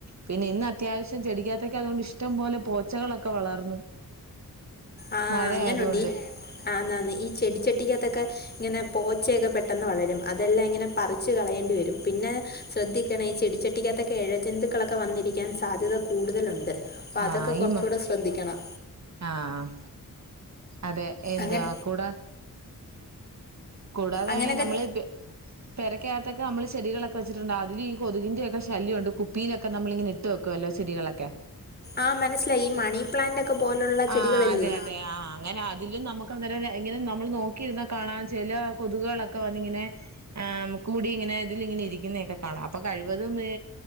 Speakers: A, on the right; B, on the left.
A: പിന്നെ ഇന്ന് അത്യാവശ്യം ചെടിക്കാത്തൊക്കെ അതുകൊണ്ട് ഇഷ്ടം പോലെ പോച്ചകളൊക്കെ വളർന്നു
B: ആഹ്
A: മഴയായതുകൊണ്ട്
B: അങ്ങനെയുണ്ട് ഈ ആന്നാന്ന് ഈ ചെടിച്ചട്ടിക്കക ത്തൊക്കെ ഇങ്ങനെ പോച്ചയൊക്കെ പെട്ടെന്ന് വളരും അതെല്ലാം ഇങ്ങനെ പറിച്ച് കളയേണ്ടി വരും പിന്നെ ശ്രദ്ധിക്കണേ ഈ ചെടിച്ചട്ടിക്കകത്തോക്കെ എഴജന്തുക്കളൊക്കെ വന്നിരിക്കാൻ സാധ്യത കൂടുതലുണ്ട് അപ്പൊ
A: ആഹ്
B: അതൊക്കെ കുറച്ചുകൂടെ
A: ഇമാ
B: ശ്രദ്ധിക്കണം
A: ആഹ് അതെ എന്തുവാ
B: അങ്ങൻ
A: കൂടാ കൂടാതായി
B: അങ്ങനൊക്കെ
A: നമ്മള്പി പെരക്കകത്തക്കെ നമ്മള് ചെടികളൊക്കെ വെച്ചിട്ടുണ്ട അതില് ഈ കൊതുകിന്റെ ശല്യുണ്ട് കുപ്പിയിലൊക്കെ നമ്മളിങ്ങനെ ഇട്ട് വക്കും ക്കോലോ ചെടി കളൊക്കെ
B: ആഹ് മനസ്സിലായി ഈ മണിപ്ലാന്റൊക്കെ പോലുള്ള
A: ആഹ്
B: ചെടികളല്ലേ
A: അതെ അതെ ആഹ് അങ്ങനെ അതിലും നമുക്ക് അങ്ങന ഇങ്ങനെ നമ്മൾ നോക്കിയിരുന്ന കാണാ ചെല കൊതുകുകളൊക്കെ വന്നിങ്ങനെ ആഹ് നമുക്ക് കൂടി ഇങ്ങനെ ഇതില് ഇങ്ങനെ ഇരിക്കുന്നൊക്കെ കാണാം അപ്പൊ കഴിവതും ഏ